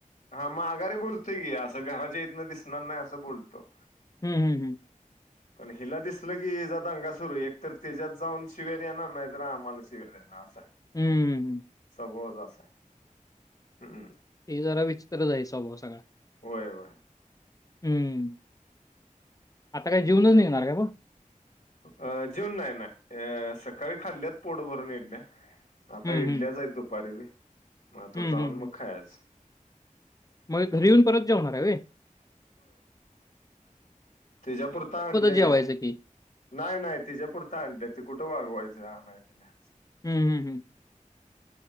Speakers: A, on the left; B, on the left.
A: हा मग माघारी बोलतोय की असं घराच्या इथन दिसणार नाही असं बोलतो
B: हम् हम् हम
A: पण हिला दिसलं की हिचा दंगा सुरू एक तर त्यांच्यात जाऊन शिव्या येणार नाहीतर आम्हाला शिव्या देणार असा आहे.
B: हम्ममम
A: स्वभावच असा आहे हम्म
B: हे जरा विचित्रच आहे स्वभाव सगळां
A: होय होय
B: हम्म आता काही जेवूनच निघणार काय मग?
A: अ जेवून नाही नाही सकाळी खाल्ल्यात पोट भरून य इडल्या आता
B: हम्म
A: इडल्याच
B: हम्म.
A: आहेत दुपारी बी मग आता
B: हम्म
A: जाऊन
B: हम्म
A: मग
B: हम्म.
A: खायच
B: मग घरी येऊन परत जेवणार आहे होय
A: तिच्या पुुरता आणल्या
B: जेवायचं
A: त्या
B: की.
A: नाही नाही तिच्यापुरतं आणलंयात ते कुठं वागवायचं आणायच
B: हम् हम्म हम